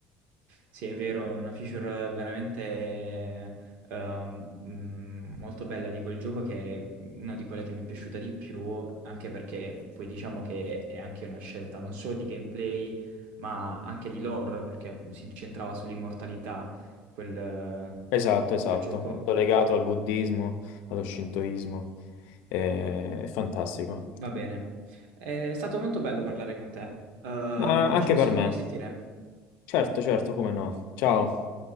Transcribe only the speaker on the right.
Sì, è vero, è una feature veramente ehm, mm, molto bella di quel gioco che è una di quelle che mi è piaciuta di più, anche perché poi diciamo che è anche una scelta non solo di gameplay, ma anche di lore, perché si incentrava sull'immortalità quel,
quel gioco.
Va bene. È stato molto bello parlare con te. Ehm,
poi
ci possiamo
risentire.